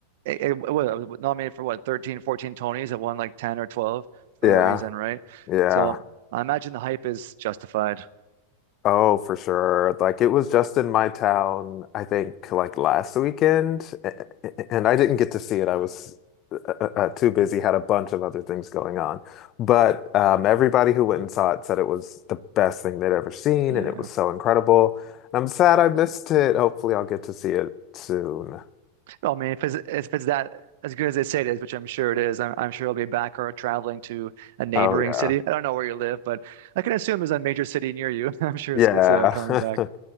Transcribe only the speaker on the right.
it, it, wa- it was nominated for what 13, 14 Tonys. It won like 10 or 12 for
a reason, right?
So I imagine the hype is justified.
Yeah.
Oh, I mean, if it's, if it's that as good as they say it is, which I'm sure it is, I'm, I'm sure it'll be back or traveling to a neighboring
city. I don't know where you live, but I can assume it's a major city near you. <laughs> I'm sure
it's, it's uh, coming
back.